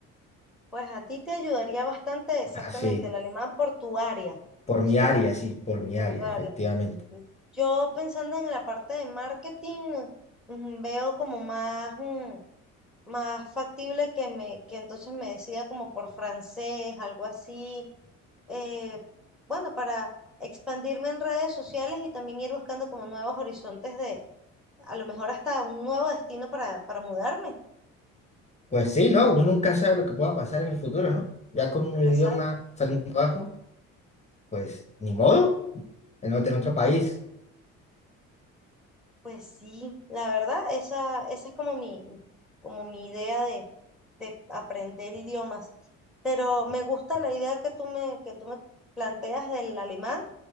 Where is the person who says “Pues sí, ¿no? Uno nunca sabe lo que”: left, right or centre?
Left